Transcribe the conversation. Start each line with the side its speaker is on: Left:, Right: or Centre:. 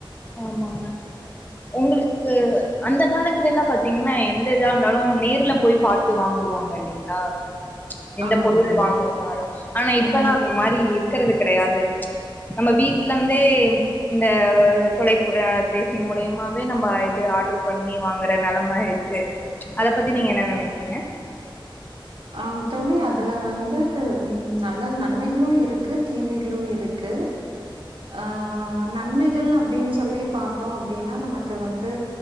Left: ஆமாங்க உங்களுக்கு அந்த காலத்துலெல்லா பாத்தீங்கன்னா எந்த இதா இருந்தாலும் நேர்ல போய் பாத்து வாங்குவாங்க இல்லைங்களா எந்த
Right: ஆமாங்க
Left: பொருள்
Right: தோழி.
Left: வாங்குறனாலும் ஆனா நா இப்பல்லா
Right: ம்.
Left: அந்த மாரி இருக் இருக்கிறது கிடையாது நம்ம வீட்ல இருந்தே இந்த தொலைப்பு அ பேசி மூலியமாவே நம்ப இது ஆட்ரு பண்ணி வாங்குற நெலம இருக்கு அத பத்தி நீங்க என்ன நெனைக்கிறீங்க
Right: ஆம் தோழி அதுல வந்து ம் நல்லது நன்மைகளும் இருக்கு தீமைகளும் இருக்கு ஆ நன்மைகள் அப்புடின் சொல்லி பாத்தோ அப்புடின்னா நமக்கு வந்து